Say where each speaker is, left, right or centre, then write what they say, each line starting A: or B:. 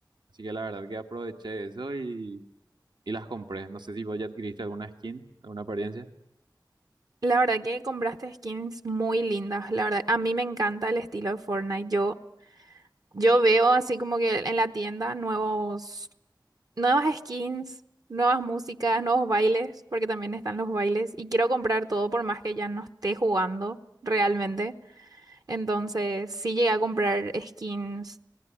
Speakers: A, on the right; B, on the right.
A: Así que la verdad que aproveché eso y, y las compré. No sé si vos ya adquiriste alguna skin, alguna apariencia.
B: La verdad que compraste skins muy lindas. La verdad, a mí me encanta el estilo de Fortnite. Yo, yo veo así como que en la tienda nuevos, nuevas skins, nuevas músicas, nuevos bailes, porque también están los bailes. Y quiero comprar todo por más que ya no esté jugando realmente. Entonces, sí llegué a comprar skins,